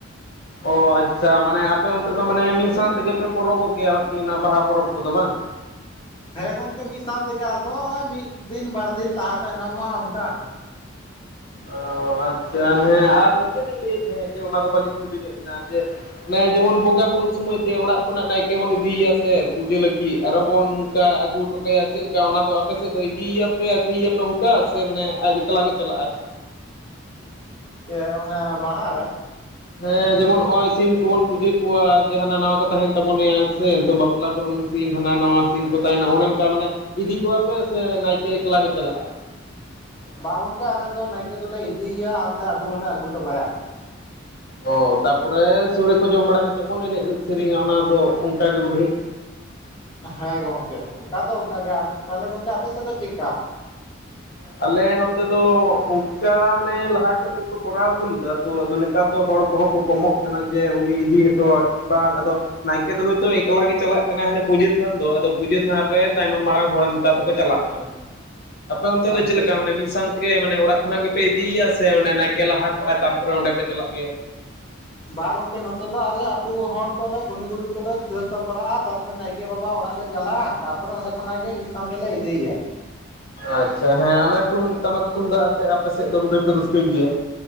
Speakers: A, on the left (about 50°); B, on the left (about 25°).
A: ᱚ ᱟᱪᱪᱷᱟ ᱢᱟᱱᱮ ᱟᱯᱮ ᱚᱱᱛᱮ ᱫᱚ ᱢᱟᱱᱮ ᱢᱤᱫ ᱥᱟᱶ ᱛᱮᱜᱮ ᱯᱮ ᱯᱚᱨᱚᱵᱚᱜ ᱜᱮᱭᱟ ᱟᱨᱠᱤ ᱚᱱᱟ ᱵᱟᱦᱟ ᱯᱚᱨᱚᱵᱽ ᱠᱚᱫᱚ ᱵᱟᱝ ᱾
B: ᱦᱮᱸ ᱜᱚᱝᱠᱮ ᱢᱤᱫ ᱥᱟᱶ ᱛᱮᱜᱮ ᱟᱫᱚ ᱦᱚᱜᱼᱚᱭ ᱢᱤᱫ ᱫᱤᱱ ᱵᱟᱨ ᱫᱤᱱ ᱞᱟᱦᱟ ᱛᱟᱭᱱᱚᱢᱚᱜᱼᱟ ᱚᱱᱠᱟ᱾
A: ᱚ ᱟᱪᱪᱷᱟ ᱦᱮᱸ ᱟᱨ ᱤᱭᱟᱹ ᱞᱤᱧ ᱞᱟᱹᱭᱮᱫ ᱛᱟᱦᱮᱸᱫ ᱡᱮ ᱚᱱᱟ ᱫᱚ ᱵᱟᱹᱞᱤᱧ ᱠᱩᱞᱤ ᱞᱮᱫ ᱵᱤᱱᱟ ᱡᱮ, ᱚᱱᱮ ᱡᱮᱢᱚᱱ ᱵᱚᱸᱜᱟ ᱵᱩᱨᱩᱜ ᱥᱚᱢᱚᱭ ᱡᱮ ᱚᱲᱟᱜ ᱠᱷᱚᱱᱟᱜ ᱱᱟᱭᱠᱮ ᱵᱚᱱ ᱤᱫᱤᱭᱮᱭᱟ ᱥᱮ ᱯᱩᱡᱟᱹ ᱞᱟᱹᱜᱤᱫ ᱟᱨᱚ ᱵᱚᱱ ᱚᱱᱠᱟ ᱟᱜᱩ ᱦᱚᱴᱚ ᱠᱟᱭᱟ ᱪᱮᱫ ᱞᱮᱠᱟ ᱚᱱᱟ ᱫᱚ ᱟᱯᱮᱥᱮᱫ ᱫᱚ ᱤᱫᱤᱭᱟᱯᱮ ᱟᱹᱜᱩᱭᱮᱭᱟᱯᱮ ᱚᱱᱠᱟ ᱥᱮ ᱢᱟᱱᱮ ᱟᱡ ᱮᱠᱞᱟ ᱜᱮ ᱪᱟᱞᱟᱜᱼᱟᱭ?
B: ᱪᱮᱫ ᱚᱱᱮ ᱵᱟᱦᱟ ᱨᱮ?
A: ᱦᱮᱸ, ᱡᱮᱢᱚᱱ ᱱᱚᱜ ᱚᱭ ᱥᱤᱢ ᱠᱚᱵᱚᱱ ᱯᱩᱡᱟᱹ ᱠᱚᱣᱟ ᱡᱮ ᱦᱟᱱᱟ ᱱᱟᱣᱟ ᱠᱚ ᱛᱟᱦᱮᱱ ᱛᱟᱵᱚᱱᱮ <unintelligible> ᱵᱟᱯᱞᱟ ᱠᱚᱨᱮᱱ ᱥᱤᱢ ᱦᱟᱱᱟ ᱱᱟᱣᱟ ᱥᱤᱢ ᱠᱚ ᱛᱟᱦᱮᱱᱟ ᱚᱱᱮ ᱚᱱᱠᱟ ᱢᱟᱱᱮ ᱤᱫᱤ ᱠᱚᱣᱟᱯᱮ ᱥᱮ ᱱᱟᱭᱠᱮ ᱮᱠᱞᱟ ᱜᱮ ᱪᱟᱞᱟᱜᱼᱟ?
B: ᱵᱟᱝ ᱜᱚᱝᱠᱮ ᱟᱞᱮ ᱫᱚ ᱱᱟᱭᱠᱮ ᱫᱚᱞᱮ ᱤᱫᱤᱭᱮᱭᱟ ᱟᱨᱞᱮ ᱟᱹᱜᱩ ᱦᱚᱸᱞᱮ ᱟᱹᱜᱩ ᱦᱚᱴᱚ ᱠᱟᱭᱟ᱾ <inaudible>
A: ᱚ ᱛᱟᱯᱚᱨᱮ ᱥᱚᱲᱮ ᱠᱚ ᱡᱚᱢ ᱵᱟᱲᱟ ᱠᱟᱛᱮᱫ ᱵᱚᱱ ᱮᱱᱮᱡ ᱥᱮᱨᱮᱧᱟ ᱚᱱᱟ ᱫᱚ ᱚᱱᱠᱟ ᱜᱮ ᱵᱳᱫᱷᱚᱭ᱾
B: ᱦᱮᱸ ᱜᱚᱝᱠᱮ ᱚᱱᱠᱟ ᱫᱚ ᱚᱱᱠᱟ ᱜᱮ, ᱟᱨ ᱛᱟᱦᱚᱞᱮ ᱜᱚᱝᱠᱮ ᱟᱯᱮᱥᱮᱫ ᱫᱚ ᱪᱮᱫᱠᱟ?
A: ᱟᱞᱮ ᱱᱚᱛᱮ ᱫᱚ ᱚᱱᱠᱟ ᱢᱟᱱᱮ ᱞᱟᱦᱟ ᱠᱷᱚᱡ ᱜᱮᱠᱚ ᱠᱚᱨᱟᱣ ᱟᱹᱜᱩ ᱞᱮᱫᱟ ᱛᱚ ᱟᱫᱚ ᱱᱤᱛ ᱱᱮᱛᱟᱨ ᱫᱚ ᱦᱚᱲ ᱠᱚᱦᱚᱸ ᱠᱚ ᱠᱚᱢᱚᱜ ᱠᱟᱱᱟ ᱡᱮ, ᱩᱱᱤ ᱤᱫᱤ ᱦᱚᱴᱚᱭ ᱵᱟᱝ ᱟᱫᱚ ᱱᱟᱭ ᱠᱮ ᱫᱚ ᱦᱳᱭᱛᱳ ᱮᱠᱞᱟ ᱜᱮ ᱪᱟᱞᱟᱜ ᱠᱟᱱᱟ ᱾ ᱦᱟᱱᱮ ᱠᱮ ᱫᱚ ᱦᱳᱭ ᱛᱚ ᱮᱠᱞᱟ ᱜᱮ ᱪᱟᱞᱟᱜ ᱠᱟᱱᱟᱭ ᱦᱟᱱᱮ ᱯᱩᱡᱟᱹ ᱛᱷᱟᱱ ᱫᱚ ᱟᱫᱚ ᱯᱩᱡᱟᱹ ᱛᱷᱟᱱ ᱨᱮ ᱛᱟᱭᱱᱚᱢ ᱢᱟᱲᱟᱝ ᱦᱚᱲ ᱱᱮᱛᱟᱨ ᱫᱚᱠᱚ ᱪᱟᱞᱟᱜ ᱠᱟᱱᱟ᱾ ᱟᱯᱮ ᱚᱱᱛᱮ
B: ᱟᱪᱪᱷᱟ
A: ᱫᱚ ᱚᱰᱮ ᱢᱤᱫ ᱥᱟᱝ ᱛᱮᱜᱮ ᱢᱟᱱᱮ ᱚᱲᱟᱜ ᱠᱷᱚᱱᱟᱜ ᱜᱮᱯᱮ ᱤᱫᱤᱭᱮᱭᱟ, ᱥᱮ ᱚᱱᱮ ᱱᱟᱭᱠᱮ ᱞᱟᱦᱟ ᱠᱚᱜᱼᱟ ᱛᱟᱨᱯᱚᱨᱮ ᱚᱸᱰᱮ ᱯᱮ ᱪᱟᱞᱟᱜ ᱜᱮᱭᱟ?
B: ᱵᱟᱝ ᱜᱚᱝᱠᱮ ᱱᱚᱛᱮ ᱫᱚ ᱟᱞᱮ ᱟᱹᱛᱩ ᱦᱚᱲ ᱠᱚᱞᱮ ᱜᱩᱱᱤ ᱜᱩᱨᱤᱵ ᱠᱚᱞᱮ ᱥᱟᱹᱛ ᱥᱟᱯᱲᱟᱜᱼᱟ ᱛᱟᱯᱚᱨᱮ ᱱᱟᱭᱠᱮ ᱵᱟᱵᱟ ᱚᱲᱟᱜ ᱞᱮ ᱪᱟᱞᱟᱜᱼᱟ, ᱛᱟᱯᱚᱨᱮ ᱚᱸᱰᱮ ᱠᱷᱚᱱᱟᱜ ᱜᱮ ᱢᱤᱫ ᱥᱟᱶ ᱛᱮᱞᱮ ᱤᱫᱤᱭᱮᱭᱟ᱾
A: ᱟᱪᱪᱷᱟ ᱦᱮᱸ ᱟᱱᱮ ᱴᱩᱢ ᱴᱟᱢᱟᱠ ᱛᱩᱢᱫᱟᱜ ᱟᱛᱮ ᱟᱯᱮ ᱥᱮᱫ ᱫᱚ ᱵᱳᱫᱚᱭᱯᱮ ᱨᱟᱹᱥᱠᱟᱹᱭ ᱜᱮᱭᱟ᱾